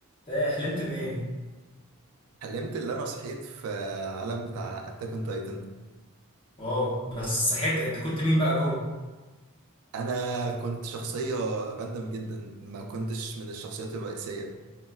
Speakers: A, on the left; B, on the right.
A: إيه؟ إيه حلمت بإيه؟
B: حلمت ان انا صحيت في عالم بتاع اتاك اون تايتن
A: واو بس صحيت أنت كنت مين بقى جوه؟
B: انا كنت شخصية راندم جدا ما كنتش من الشخصيات الرئيسية